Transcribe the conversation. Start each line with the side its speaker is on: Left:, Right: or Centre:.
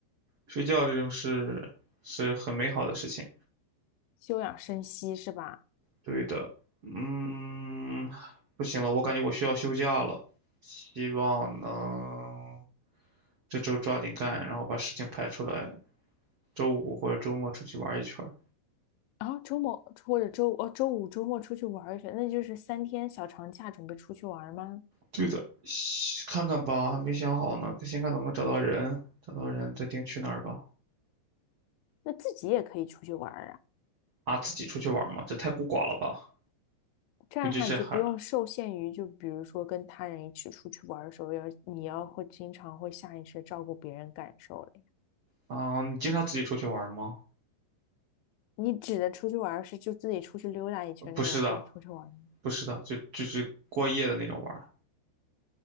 Right: 睡觉这种事是很美好的事情。
Left: 休养生息是吧？
Right: 对的，嗯，不行了，我感觉我需要休假了，希望能这周抓紧干，然后把事情排出来，周五或者周末出去玩一圈儿。
Left: 然后周末或者周哦周五周末出去玩儿一圈，那就是三天小长假，准备出去玩吗？
Right: 对的，西看看吧，还没想好呢，先看能不能找到人，找到人再定去哪儿吧。
Left: 那自己也可以出去玩儿啊，
Right: 啊，自己出去玩儿吗？这太孤寡了吧？
Left: 这样的话你就不用受限于，
Right: 尤其是还
Left: 就比如说跟他人一起出去玩的时候，要你要会经常会下意识照顾别人感受了呀。
Right: 啊，你经常自己出去玩儿吗？
Left: 你指的出去玩是就自己出去溜达一圈这种算出去玩吗？
Right: 不是的，不是的，就就是过夜的那种玩儿